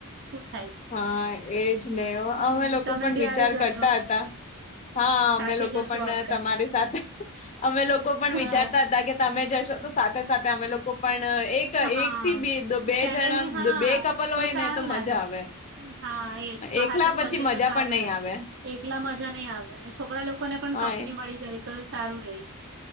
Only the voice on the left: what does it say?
હા, એજ ને અહ
અમે લોકો
પણ
વિચાર
કરતા હતા. હા અમે
લોકો
પણ
તમારી સાથે અમે લોકો પણ
વિચારતા હતા કે તમે જશો તો સાથે સાથે અમે લોકો પણ અહ એક
એક થી બે
જણા
બે કપલ હોય
ને તો મજા
આવે.
એકલા
પછી મજા
પણ નહી
આવે
હા